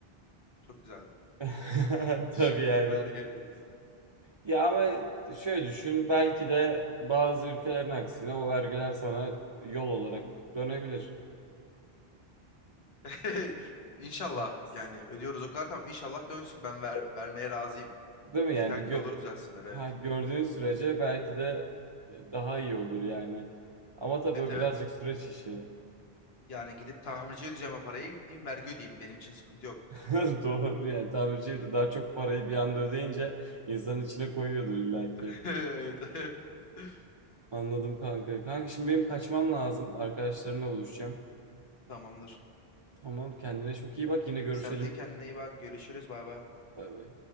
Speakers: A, on the left (about 75°); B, on the right (about 35°).
A: Çok güzeldi.
B: <laughs>
A: <laughs>
B: Tabii
A: Şimdi
B: yani.
A: vergi ödüyoruz.
B: Ya ama şöyle düşün belki de bazı ülkelerin aksine o vergiler sana yol olarak dönebilir.
A: <laughs> İnşallah
B: Ya, s-
A: yani ödüyoruz o kadar tamam. inşallah dönsün. Ben ver, vermeye razıyım.
B: Değil mi
A: Yeter
B: yani
A: ki
B: gö
A: olur düzelsinler evet.
B: ha, gördüğün sürece belki de e, daha iyi olur yani. Ama tabii
A: Evet
B: o
A: evet.
B: birazcık süreç işi.
A: Yani gidip tamirciye ödeyeceğim o parayı. Gideyim vergi ödeyeyim. Benim için sıkıntı yok.
B: <laughs> Doğru yani tamirci de daha çok parayı bir anda ödeyince insanın içine koyuyordur illaki.
A: <laughs> Evet. <laughs>
B: Anladım kanka. Kanka şimdi benim kaçmam lazım. Arkadaşlarımla buluşacağım.
A: Tamamdır.
B: Tamam kendine çok iyi bak yine görüşelim.
A: Sen de kendine iyi bak. Görüşürüz. Bay bay.
B: Bay bay.